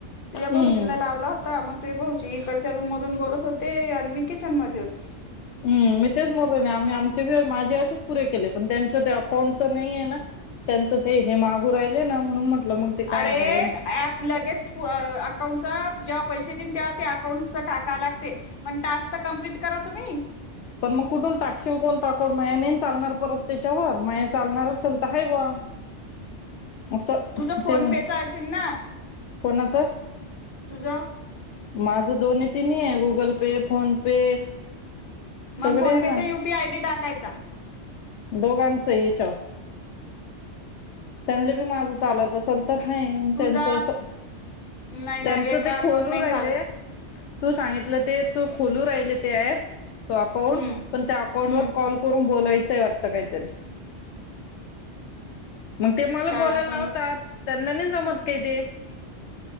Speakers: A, on the left; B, on the left.
A: तुझ्या
B: हम्म
A: भाऊजी ना लावला होता मग तू भाऊजी इकडच्या रूम बोलत होते, आणि मी किचन मध्ये हो <inaudible>
B: मी तेच म्हणून राहिली आम्ही आमचे माझे असेच पुरे केले, पण त्यांच ते अकाउंटच नाही आहे ना त्यांच ते हे मागू राहिले ना म्हणून मग ते काय
A: अरे
B: आहे
A: ॲप लगेच अकाउंटचा जेव्हा पैसे देन तेव्हा अकाउंट टाका लागते, पण टास्क तर कमप्लीट करा तुम्ही.
B: पण मग कुठून टाक्षिंग कोणता कोड नाही आणि चालणार परत त्याच्यावर माया चालणार असेल तर हाय बुवा. असं
A: तुझं फोन
B: ते म्हटलं.
A: पेचा असेल ना
B: कोणाच?
A: तुझं
B: माझं दोन्ही तिन्ही आहे, गुगल पे, फोन पे
A: मग
B: सगळे
A: फोन
B: आहे माझ
A: पे चा यू पी आय डी टाकायचा.
B: दोघांचं येच्यावर. त्यांले बी माझं चालत असेल तर हा
A: तुझा
B: त्यांचं अस
A: नाही ना
B: त्यांच
A: एका
B: ते
A: अकाउंट
B: खोलू
A: नाही
B: राहिले
A: चालत
B: तू सांगितलं ते तू खुोलू राहिले ते ऍप तो अकाउंट
A: हम्म
B: पण त्या अकाउंट
A: हम्म
B: वर कॉल करून बोलायच च वाटत काहीतरी मग ते मला
A: त्या
B: बोलायला
A: अकाउंट
B: लावतात त्यांना नाही जमत काय ते